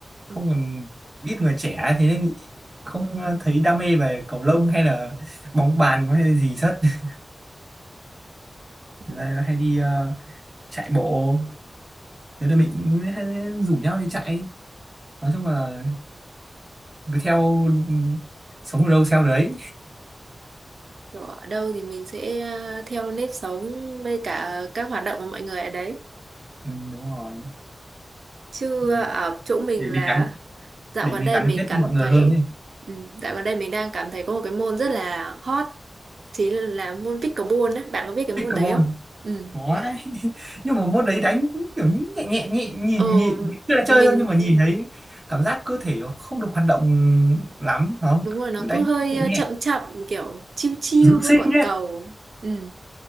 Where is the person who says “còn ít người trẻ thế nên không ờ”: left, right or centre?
Right